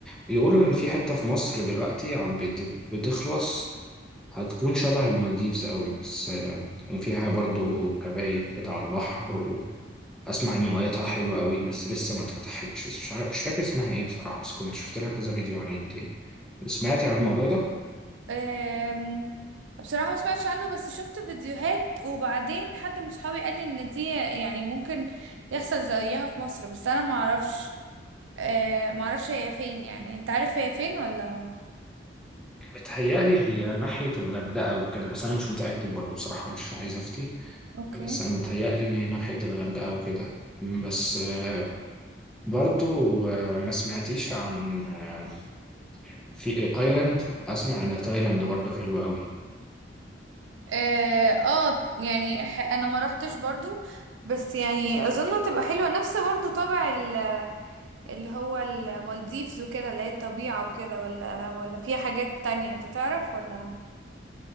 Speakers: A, in the centre; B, on the right.
A: بيقولوا ان في حته في مصر دلوقتي عم بت... بتخلص هتكون شبه المالديفز قوي بس آه، وفيها برضو كباين كده على البحر اسمع ان ميتها حلوه قوي بس لسه ما اتفتحتش بس مش عارف مش فاكر اسمها ايه بصراحه بس كنت شفت لها كذا فيديو على النت يعني. سمعت عن الموضوع ده
B: أم، بصراحة ما سمعتش عنه بس شفت فيديوهات وبعدين حد من صحابي قال لي ان دي يعني ممكن يحصل زيها في مصر بس انا ما اعرفش أه، ما اعرفش هي فين يعني انت عارف هي فين ولا
A: بتهيألي هي ناحيه الغردقه وكده بس انا مش متاكد برضو بصراحه مش عايز افتي
B: اوكي
A: بس انا متهيألي ان هي ناحيه الغردقه وكده بس آه، برضو آه، ما سمعتيش عن آه، في تايلاند اسمع ان تايلاند برضو حلوه قوي
B: اه آه، يعني ح- انا ما روحتش برضو بس يعني اظن هتبقى حلوة نفس برضو طابع ال- اللي هو المالديفز وكده اللي هي الطبيعة وكده ولا ولا فيها حاجات تانية انت تعرف ولا